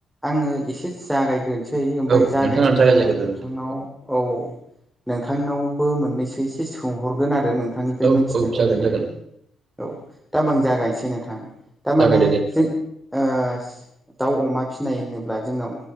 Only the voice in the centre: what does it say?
आङो एसे जागायग्रोनोसै ओमफ्राय
जागायनानै
आङो <unintelligible> नोंथांनाव
औ नोंथांनावबो मोननैसो एसे सोंहरगोन आरो <unintelligible> नोंथांनिफ्राय
मिथिनो
लुबैगोन
आं। औ, दा आं जागायनोसै नोंथां। थारमाने
जों ओ दाउ, अमा फिसिनाय होनोब्ला जोंनाव